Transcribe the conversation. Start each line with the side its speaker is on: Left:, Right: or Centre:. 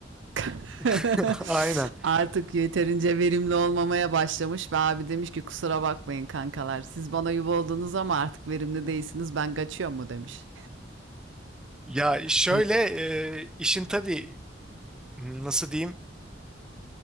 Right: <laughs>
Centre: <laughs> Aynen.
Right: Artık yeterince verimli olmamaya başlamış ve abi demiş ki kusura bakmayın kankalar. Siz bana yuva oldunuz ama artık verimli değilsiniz. Ben kaçıyorum mu demiş.
Centre: Ya şöyle
Right: Öyle.
Centre: e, işin tabii nasıl diyeyim?